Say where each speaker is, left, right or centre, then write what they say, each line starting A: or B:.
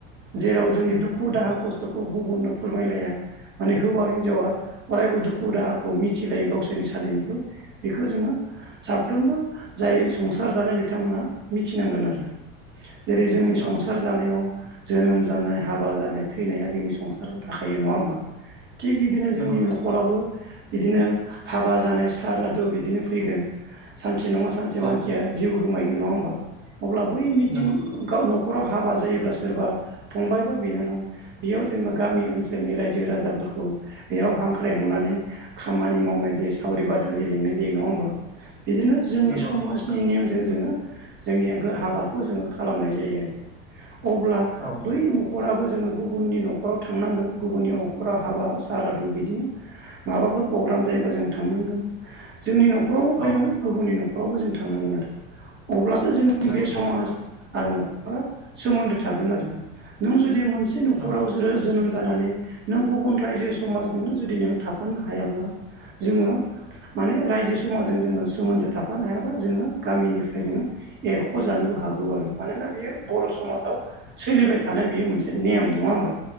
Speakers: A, on the right; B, on the right.
A: जेराव जोंनि दुखु
B: नंगौ
A: दाहा खस्थ'खौ गुबुननो फोरमायलाया माने हौवा हिनजावा अरायबो दुखु दाहा खौ मिथिलायो गावसोरनि सानैनिखौ बेखौ जोङो साफ्रोमबो जाय संसार जानाय बिथांमोना मिथिनांगोन आरो जेरै जोंनि संसार
B: औ
A: जानायाव जोनोम जानाय हाबा जानाय थैनाया जोंनि संसाराव थाखायो नंङा होमबा थिग बिदिनो जोंनि
B: नंगौ नोंथां
A: न'खरावबो बिदिनो हाबा जानाय सारादु बिदिनो फैगोन सान मानसे नङा सानसे
B: औ
A: मानसिया जिउ गोमायो नङा होमबा अब्ला बै मिथिं
B: नंगौ नंगौ
A: गाव न'राव हाबा जायोब्ला सोरबा फंबायबा बिनानाव बेयाव जेनेबा गामि ओनसोलनि रायजो राजाफोरखौ बेयाव हांख्रायहांनानै खामानि मावनाय जायो सावरि बादालि लिंनाय जायो नंङा होमब्ला बिदिनो जोंनि
B: नंगौ
A: समाजनि
B: नंगौ नोंथां
A: नेमजों जोङो जोंनिया हाबाखौ जोङो खालामनाय जायो आरो अब्ला
B: औ
A: बै न'खराबो जोङो गुबुननि न'खराव थांनांगोन गुबुननि न'खराव हाबा सारादु बिदिनो माबाफोर प्रग्राम जायोबा जों थांनांगोन जोंनि न'खरावबो फैनांगोन
B: औ
A: गुबुननि न'खरावबो जों थांनांगोन आरो अब्ला जोंनि
B: नंगौ
A: बे
B: नोंथां
A: समाज आरो न'खरा सोमोन्दो थागोन आरो नों जुदि मोन सासे न'खराव
B: नंगौ
A: जोनोम जानानै नों गुबुन रायजो समाजजोंनो जुदि नो थाफानो हायाब्ला जोङो माने रायजो समाजजों जोङो सोमोन्दो थाफानो हायाबा जोङो गामिनिफ्राय जोङो एरख' जानोबो हौ आरो मानोना बियो बर' समाजाव सोलिबाय थानाय बियो मोनसे नेम नङा होमबा